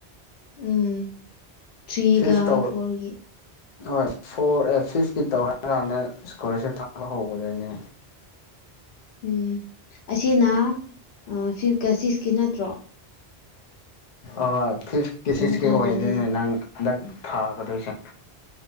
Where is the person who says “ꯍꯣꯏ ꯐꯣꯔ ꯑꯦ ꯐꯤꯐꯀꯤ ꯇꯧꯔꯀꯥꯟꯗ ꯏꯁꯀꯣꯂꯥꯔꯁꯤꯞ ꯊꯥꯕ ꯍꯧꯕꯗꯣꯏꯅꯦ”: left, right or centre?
Left